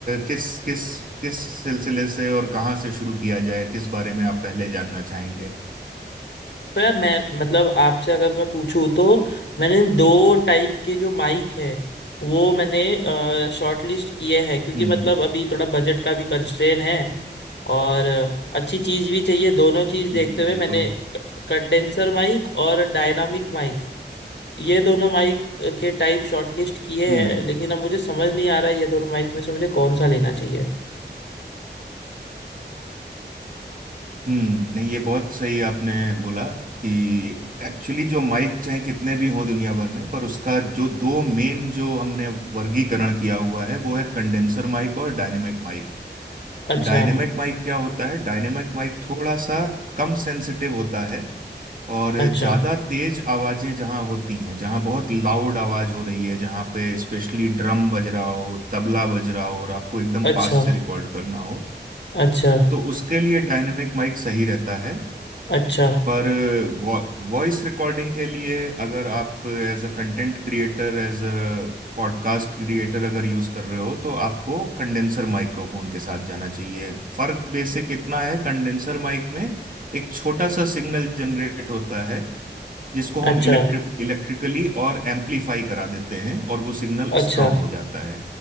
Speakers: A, on the right (about 50°); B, on the left (about 75°).
A: किस किस किस सिलसिले से और कहाँ से शुरू किया जाए किस बारे में आप पहले जानना चाहेंगे
B: तो यार मैं मतलब आपसे अगर मैं पूछूं तो मैंने दो टाइप के जो माइक है वो मैंने शॉर्ट लिस्ट किए हैं क्योंकि
A: हम्म
B: मतलब अभी थोड़ा बजट का भी कंस्ट्रेन है और अ, अच्छी चीज भी चाहिए दोनों चीज देखते
A: जी
B: हुए
A: बिल्कुल
B: मैंने कंडेंसर माइक और डायनामिक माइक ये दोनों माइक के टाइप शॉर्टलिस्ट किए
A: हम्म
B: हैं लेकिन अब मुझे समझ नहीं आ रहा है ये दोनों माइक में से मुझे कौन सा लेना चाहिए
A: हम्म नहीं ये बहुत सही आपने बोला कि एक्चुअली जो माइक चाहे कितने भी हों दुनिया भर में पर उसका जो दो मेन जो हमने वर्गीकरण किया हुआ है वो है कंडेंसर माइक और डायनेमिक माइक
B: अच्छा
A: डायनेमिक माइक क्या होता है डायनेमिक माइक थोड़ा सा कम सेंसिटिव होता है और
B: अच्छा
A: ज्यादा तेज आवाजें जहां होती हैं जहां बहुत लाउड आवाज हो रही है जहां पे स्पेशली ड्रम बज रहा हो तबला बज रहा हो और आपको एकदम
B: अच्छा
A: पास से रिकॉर्ड करना हो
B: अच्छा
A: तो उसके लिए डायनेमिक माइक सही रहता है
B: अच्छा
A: पर वॉइस रिकॉर्डिंग के लिए अगर आप as a content creator as a podcast creator अगर यूज कर रहे हो तो आपको कंडेंसर माइक्रोफोन के साथ जाना चाहिए फर्क बेसिक इतना है कंडेंसर माइक में एक छोटा सा सिग्नल जनरेट होता है जिसको हम
B: अच्छा
A: इलेक्ट्रिक इलेक्ट्रिकली और एम्पलीफाई करा देते हैं और वो सिग्नल
B: अच्छा
A: स्ट्रांग हो जाता है